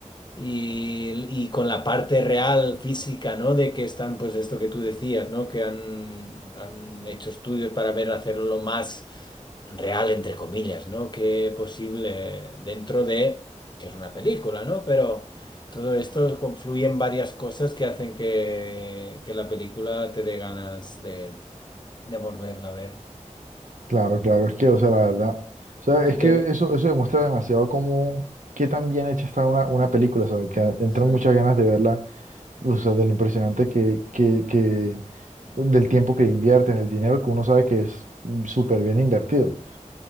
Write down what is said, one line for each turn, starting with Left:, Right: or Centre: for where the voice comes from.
Left: y, y con la parte real física, ¿no? De que están, pues esto que tú decías, ¿no? Que han, han hecho estudios para ver hacerlo lo más real, entre comillas, ¿no? Que posible dentro de, que es una película, ¿no? Pero todo esto confluye en varias cosas que hacen que, que la película te dé ganas de, de volverla a ver.
Right: Claro, claro, es que, o sea, la verdad, o sea,
Left: Tú
Right: es que
Left: te...
Right: eso, eso demuestra demasiado cómo, qué tan bien hecha está una, una película, ¿sabes? Que entran
Left: Mm.
Right: muchas ganas de verla O sea, de lo impresionante que, que, que, del tiempo que invierten, el dinero que uno sabe que es mm, súper bien invertido.